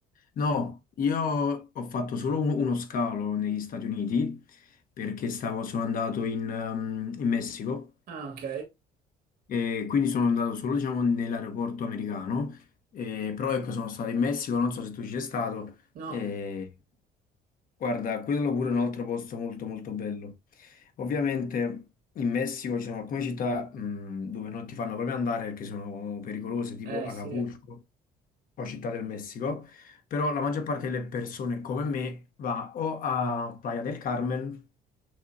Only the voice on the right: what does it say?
Ah, ok.
No,
eh
sì.